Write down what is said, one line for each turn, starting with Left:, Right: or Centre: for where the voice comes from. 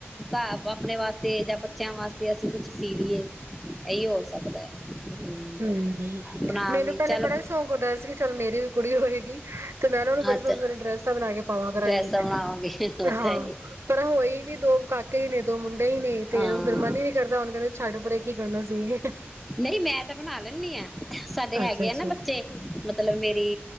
Centre: ਆਪਣੇ ਵਾਸਤੇ ਜਾਂ ਬੱਚਿਆਂ ਵਾਸਤੇ ਅਸੀਂ ਕੁਛ ਸੀ ਲਈਏ ਇਹੀ ਹੋ ਸਕਦਾ ਹੈ ਹਮ
Right: ਹਮ
Centre: ਆਪਣਾ
Right: ਮੈਨੂੰ
Centre: ਵੀ
Right: ਪਹਿਲੇ
Centre: ਚੱਲ
Right: ਬੜਾ ਸ਼ੌਕ ਹੁੰਦਾ ਸੀ ਕਿ ਚਲ ਮੇ ਮੇਰੀ ਵੀ ਕੁੜੀ ਹੋਏਗੀ ਤੇ ਮੈਂਨ ਨੂੰ ਬੜੇ
Centre: ਅੱਛਾ
Right: ਸੋਹਣੇ ਸੋਹਣੇ ਇ ਡਰੈਸਟਾਂ ਬਣਾ ਕੇ ਪਾਵਾਂ ਕਰਾਂਗੀ
Centre: ਡਰੈਸਾਂ ਬਣਾਵਾਂਗੇ ਉਹ
Right: ਹਾਂ
Centre: ਤਾਂ ਹੀ
Right: ਪਰ ਹੋਈ ਨੀ ਦੋ ਕਕੇ ਹੀ ਨੇੀਦੋ ਮੁ ਹੀ ਨਹੀਂ ਤੇ
Centre: ਹਾਂ
Right: ਉਹ ਫੇਿਰ ਮਨ ਹੀ ਨੀ ਕਰਦਾ ਹੁਣ ਕਹਿੰਦੇ ਛੱਡ ਪਰੇ ਕੀ ਕਰਨਾ ਸੀ
Centre: ਨਹੀਂ ਮੈਂ ਤਾਂ ਬਣਾ ਲੈਂਦੀ ਹਾਂ ਸਾਡੇ
Right: ਅੱਛਾ
Centre: ਹੈਗੇ
Right: ਅੱਛਾ
Centre: ਆ ਨਾ ਬੱਚੇ ਮਤਲਬ ਮੇਰੀ